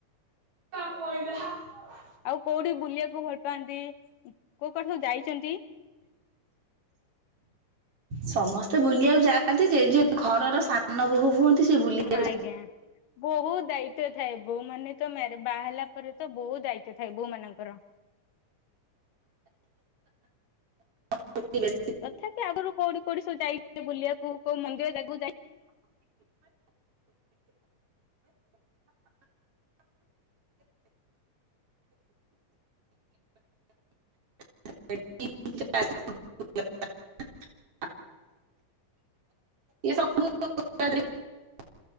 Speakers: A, on the right; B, on the left.
A: <inaudible>
B: ଆଉ କୋଉଠି ବୁଲିବାକୁ ଭଲ୍ ପାଆନ୍ତି? <unintelligible> ସବୁ ଯାଇଛନ୍ତି?
A: ସମସ୍ତେ ବୁଲିବାକୁ ଯାଆନ୍ତି ଯେ ଯି ଘରର ସାନ ବୋହୂ ହୁଅନ୍ତି ସେ ବୁଲିବାକୁ
B: ହଁ ଆଜ୍ଞା ବୋହୁତ ଦାୟିତ୍ୱ ଥାଏ ବୋଉ ମାନେ ତ ମ୍ୟା ବାହା ହେଲା ପରେ ତ ବହୁ ଦାୟିତ୍ୱ ଥାଏ ବୋହୂ ମାନଙ୍କର।
A: <unintelligible>
B: ତଥାପି ଆଗରୁ କୋଉଠି କୋଉଠି ସବୁ ଯାଇ ବୁଲିବାକୁ କୋଉ ମନ୍ଦିର ଯାଗକୁ ଯାଇ
A: <unintelligible> ଇଏ ସବୁ <unintelligible>